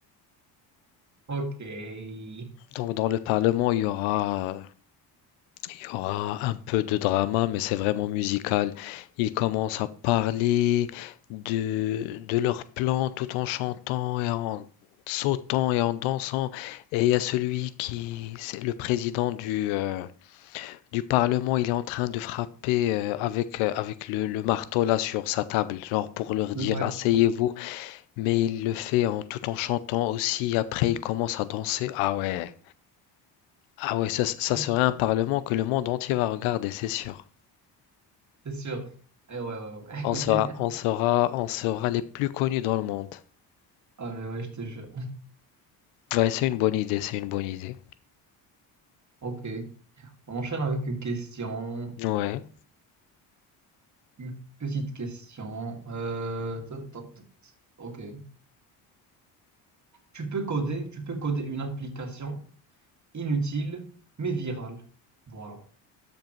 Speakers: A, on the right; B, on the left.
A: Ok. Ouais,
B: Donc dans le Parlement, il y aura Il y aura un peu de drama, mais c'est vraiment musical. Ils commencent à parler de, de leur plan tout en chantant et en sautant et en dansant. Et il y a celui qui, c'est le président du, euh, du Parlement, il est en train de frapper euh, avec, euh, avec le, le marteau là sur sa table, genre pour leur
A: ouais,
B: dire asseyez-vous. Mais il le fait en, tout en chantant aussi. Après, il commence à danser. Ah ouais, ah ouais, ça ça
A: <laughs>
B: serait un parlement que le monde entier va regarder, c'est sûr.
A: c'est sûr. Eh ouais, ouais,
B: On
A: ouais.
B: sera, on
A: <laughs>
B: sera, on sera les plus connus dans le monde.
A: Ah, mais ouais, je te jure.
B: Ouais, c'est une bonne idée, c'est une bonne idée.
A: Ok. On enchaîne avec une question,
B: Ouais.
A: une petite question. Euh, tot, tot, tot. Ok. Tu peux coder, tu peux coder une application inutile, mais virale. Voilà.